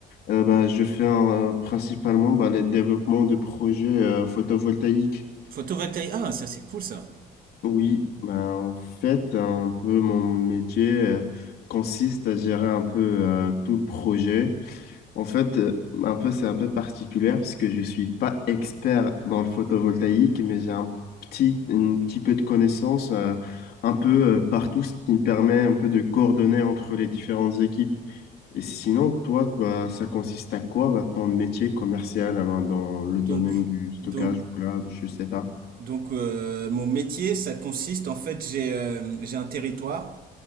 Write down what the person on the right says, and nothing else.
Photovoltaïque. Ah, ça c'est cool ça.
Donc,
donc,
donc euh, mon métier, ça consiste en fait, j'ai euh, j'ai un territoire.